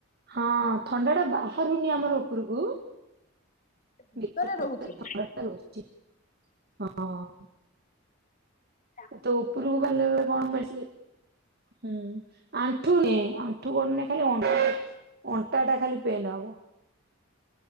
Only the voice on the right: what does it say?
ହଁ ଥଣ୍ଡାଟା ବାହାରୁନି ଆମର ଉପରକୁ।
ଭତରେ
ଥଣ୍ଡାଟା ରହୁଛି। ହଁ।
ତୋ ଉପରକୁ ଗଲାବେଳେ କଣ ମେଡ଼ିସିନ୍। ହୁଁ ଆଣ୍ଠୁ ନୁହେଁ ଆଣ୍ଠୁ ଗୋଡ଼ ନୁହେଁ ଖାଲି ଅଣ୍ଟାଟା ହଉଛି। ଅଣ୍ଟାଟା ଖାଲି ପେନ୍ ହବ।